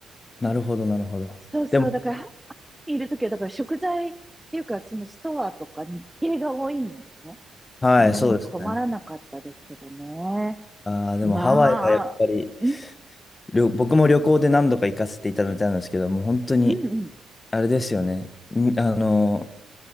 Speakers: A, on the left (about 30°); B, in the centre.
A: なるほど、なるほど。
B: そうそう、
A: でも、
B: だから、ハワイにいるときは、だから食材っていうか、そのストアとか日系が多いのでね、
A: はい、
B: そんなに困らなかったですけどね。
A: そうですね。あー、でもハワイはやっぱり、
B: まあ、うん、
A: りょ僕も旅行で何度か行かせていただいたんですけど、もう本当に、
B: うん、うん。
A: あれですよね。んあの